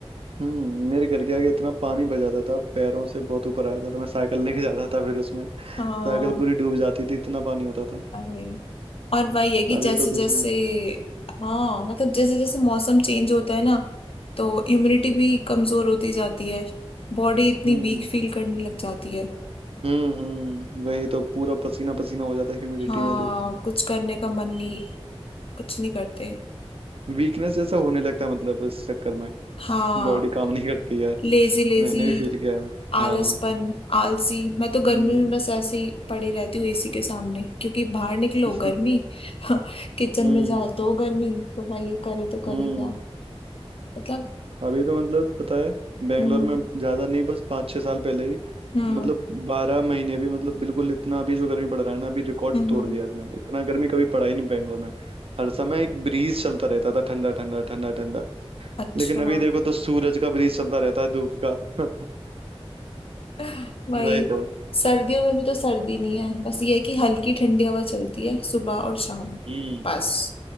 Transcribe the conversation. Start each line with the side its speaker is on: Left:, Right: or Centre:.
Right: हम्म मेरे घर के आगे इतना पानी भर जाता था पैरों से बहुत ऊपर आया था तो मैं साइकिल लेके जाता था फिर उसमें
Left: हाँ
Right: साइकिल पूरी डूब जाती थी इतना पानी होता था
Left: अरे और वही है कि
Right: अभी
Left: जैसे
Right: तो कुछ
Left: जैसे
Right: नहीं
Left: हाँ मतलब जैसे जैसे मौसम चेंज होता है ना तो इम्यूनिटी भी कमजोर होती जाती है बॉडी इतनी
Right: हम्म
Left: वीक फील करने लग जाती है
Right: हम्म हम्म वही तो पूरा पसीना पसीना हो जाता ह्यूमिडिटी
Left: हाँ
Right: में तो
Left: कुछ करने का मन नहीं कुछ नहीं करते
Right: वीकनेस जैसा होने लगता है मतलब इस चक्कर में
Left: हाँ
Right: बॉडी काम नहीं करती है
Left: Lazy lazy
Right: मैंने भी फील किया है
Left: आलसपन
Right: हाँ
Left: आलसी मैं तो गर्मी
Right: हम्म
Left: में बस ऐसे ही पड़ी रहती हूँ एसी के सामने क्योंकि बाहर निकलो
Right: <laughs>
Left: गर्मी <laughs> किचन
Right: हम्म
Left: में जाओ तो गर्मी तो भाई ये करे तो
Right: हम्म
Left: करे क्या मतलब
Right: अभी तो मतलब पता है बेंगलोर
Left: हम्म
Right: में ज्यादा नहीं बस पाँच छह साल पहले ही
Left: हम्म
Right: मतलब बारह महीने भी मतलब बिल्कुल इतना अभी जो गर्मी पड़ रहा है ना अभी रिकॉर्ड
Left: हम्म
Right: तोड़ दिया इसने इतना गर्मी कभी पड़ा ही नहीं बेंगलोर में हर समय एक ब्रीज चलता रहता था ठंडा ठंडा ठंडा ठंडा
Left: अच्छा
Right: लेकिन अभी देखो तो सूरज का ब्रीज चलता रहता है धूप का <laughs>
Left: <laughs> वही
Right: वही तो
Left: सर्दियों में भी तो सर्दी नहीं है बस ये है कि हल्की ठंडी हवा चलती है सुबह और शाम
Right: हम्म
Left: बस